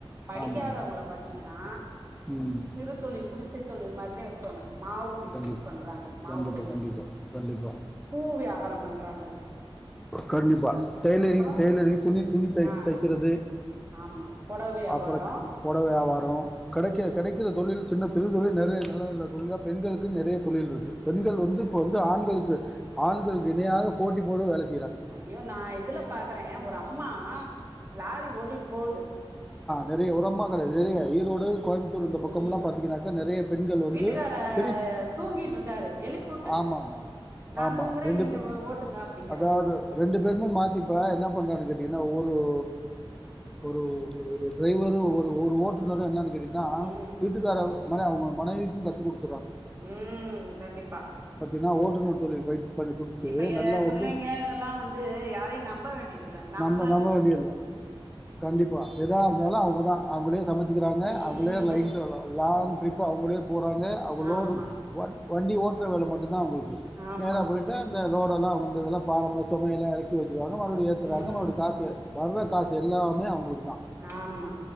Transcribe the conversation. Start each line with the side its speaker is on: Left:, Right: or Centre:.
Right: படிக்காதவ்ங்கள
Centre: ஆமாம் ஆமாம்
Right: பாத்தீங்கனா
Centre: ம்
Right: சிறு தொழில் குடிசை தொழில் மாரினே வச்கோங்க மாவு பிஸ்னஸ்
Centre: கண்டிப்பாக
Right: பண்றாங்க மாவு
Centre: கண்டிப்பாக
Right: தொழில்
Centre: கண்டிப்பாக கண்டிப்பாக
Right: பூ வியாப் பாரம் பண்றாங்க
Centre: கண்டிப்பா டெய்லரிங்
Right: அப்புறோ
Centre: டெய்லரிங் துணி துணி தை
Right: ஆ
Centre: தைக்கிறது
Right: ஆமா பொடவ வியாபாரோ
Centre: அப்பறக் பொடவ வியாவார கெடைக்க
Right: ம்
Centre: கெடைக்கிற தொழி ல் சின்னத் தொழில் இத விட நெறைய நல்ல நல்ல தொழிலா பெண்களுக்குன் நெறைய தொழில் இருக்கு பெண்கள்
Right: ஆமா
Centre: வந்து இப்ப வந்து ஆண்களுக் கு ஆண்களுக்கு இணையாக போட்டி போட்டு வேலை செ
Right: ஐயோ நா இதுல பாக் கிறே ஒரு அம்மா லாரி ஓட்டிட்டு போகுது
Centre: நெறைய ஒரம்மா கெடையாது நெறைய ஈரோடு கோய்ம் புத்தூர் இந்த பக்கம்லா
Right: ம்
Centre: பாத்தீங்கனாக்கா நெறைய பெண்கள் வந்து
Right: வீட்டுக்கார
Centre: பெரியப்
Right: தூங்கிட்டு இருக்காரு எழுப்பிவுட்டு
Centre: ஆமாம்மா
Right: நா
Centre: ஆமா
Right: தூங்குறே
Centre: ரெண்டு
Right: நீங்க
Centre: பே
Right: ஓட்டுங்க அப்டிங்கறாங்க
Centre: அதாது ரெண்டு பேருமே மாத்தி இப்ப என்ன பண்றாங்கன் கேட் இது என்ன ஊர் ஒ ஒ ஒ ஒரு ஒரு ஒரு டிரைவரு ஒரு ஒரு ஓட்டுநரு என்னனு கேட்டினா
Right: ம்
Centre: வீட்டுக்காரவ் மன அவ்ங்க மனைவிக்கும் கத்துக் குடுக்
Right: உம் கண்டிப்பா
Centre: ஏனா ஓட்டுநர் தொழில் பயிற்சி பண்ணி குடுத்து
Right: இப்ப எ
Centre: நல்லா
Right: பிள்ளைங்க
Centre: வந்து
Right: இதெல்லா வந்து யாரையு நம்ப வேண்டியதில்ல நம்
Centre: இப்ப நம்ப வேண்டியல்ல கண்டிப்பா எதா இருந்தாலு அவ்ங்கதா அவ்ங்களே சமச்சுக்கிறாங்க
Right: ம்
Centre: அவ்ங்களே லைங் டூர் லாங் இப்ப அவ்ங்களே போறாங்க அவ்ங்க லோடு
Right: ஆமா
Centre: வண் வண்டி ஓட்ற வேல மட்டுந்தா அவ்ங்களுக்கு
Right: ஆமா
Centre: நேரா போயிட்ட அந்த லோட் தெல்லா வந்ததுல்லா பாரம்பண சமையல்லா எறக்கி வச் சிருவாங்க மறுபடி ஏத்துறாங்க
Right: ம்
Centre: மறுபடி காஸ் வர்ற காசு எல்லாமே அவங்ளுக்கு தா
Right: ஆமா